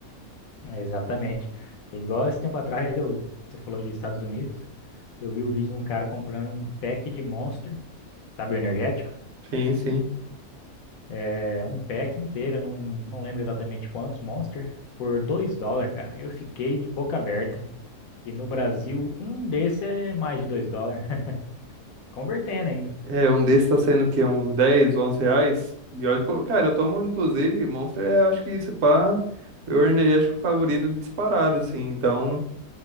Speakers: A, on the left; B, on the right.
A: Exatamente. Igual esse tempo atrás, eu, você falou de Estados Unidos, eu vi o vídeo de um cara comprando um pack de Monster, sabe, o energético?
B: Sim, sim.
A: É, um pack inteiro, não, não lembro exatamente quantos Monster, por 2 dólares, cara. Eu fiquei de boca aberta. E no Brasil, um desse é mais de 2 dólares, <laughs> convertendo ainda.
B: É, um desses tá saindo o quê? Uns 10, 11 reais? E olha, que eu- cara, eu tomo, inclusive, Monster, é, acho que esse pá, meu energético favorito disparado, assim. Então,